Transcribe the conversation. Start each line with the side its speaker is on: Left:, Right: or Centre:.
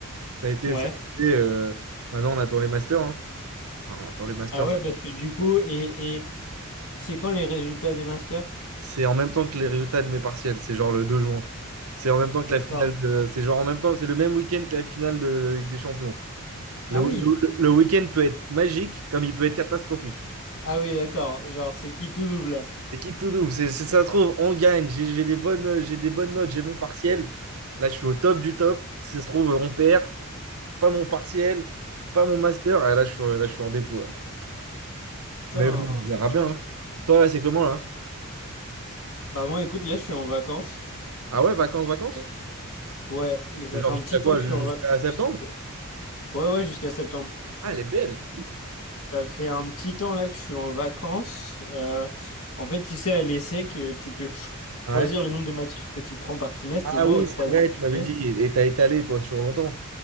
Right: Ça a été.
Left: Ouais.
Right: ça a été, euh, Maintenant, on attend les masters. hein. Enfin, on attend les masters.
Left: Ah ouais, parce que du coup, et, et c'est quand les résultats des masters?
Right: C'est en même temps que les résultats de mes partiels, c'est genre le 2 juin. C'est en même temps que
Left: D'accord.
Right: la finale de- c'est genre en même temps, c'est le même week-end que la finale de Ligue des Champions.
Left: Ah
Right: Le,
Left: oui.
Right: le- le week-end peut être magique comme il peut être catastrophique.
Left: Ah oui, d'accord. Genre, c'est qui tout double? là
Right: C'est qui tout doux, c'est, c'est- ça se trouve, on gagne, j'ai j'ai des bonnes, j'ai des bonnes notes, j'ai mon partiel. Là, je suis au top du top. Si ça se trouve, on perd, pas mon partiel, pas mon master. Ah, là, je suis, là, je suis en dépôt, là.
Left: Putain,
Right: Mais bon, on
Left: c'est
Right: verra
Left: chaud.
Right: bien. hein. Toi, là, c'est comment, là?
Left: Bah moi, écoute, là, je suis en vacances.
Right: Ah ouais, vacances, vacances?
Left: Euh, Ouais, mais ça
Right: Genre
Left: fait un
Right: jusqu'à
Left: petit temps
Right: quoi?
Left: que je
Right: Jusqu'à
Left: suis en vacances.
Right: septembre?
Left: Ouais, ouais, jusqu'à septembre.
Right: Ah, elle est belle.
Left: Ça fait un petit temps là que je suis en vacances. Euh, en fait, tu sais, à l'essai que tu peux cho-
Right: Ouais.
Left: choisir le nombre de matières que tu prends par trimestre.
Right: Ah
Left: Et moi,
Right: oui,
Left: au troisième
Right: c'est vrai,
Left: trimestre,
Right: tu m'avais dit, et t'as étalé, toi, sur longtemps.